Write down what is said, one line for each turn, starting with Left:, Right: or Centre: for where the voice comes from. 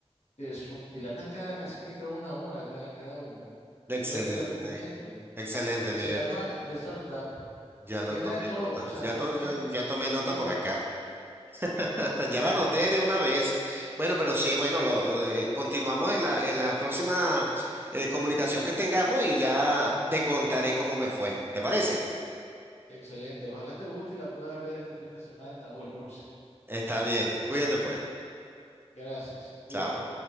Left: que son, dilatan cada, casi que creo una hora cada, cada uno,
Right: Excelente,
Left: pero te la recomiendo. eh.
Right: excelente,
Left: Se
Right: Miguel.
Left: llama The Startup.
Right: Ya lo
Left: Tiene
Right: tomé
Left: de todo,
Right: nota.
Left: o sea,
Right: Ya,
Left: tiene,
Right: to- ya, ya tomé nota
Left: tiene,
Right: por acá. <laughs> Ya
Left: sí,
Right: la anoté de una vez. Bueno, pero sí, bueno, lo, eh, continuamos en la, en la próxima eh, comunicación que tengamos y ya te contaré cómo me fue. ¿Te parece?
Left: excelente. Ojalá te guste y la puedas ver este fin de semana o el próximo.
Right: Está bien. Cuídate pues.
Left: Gracias, cuídate.
Right: Chao.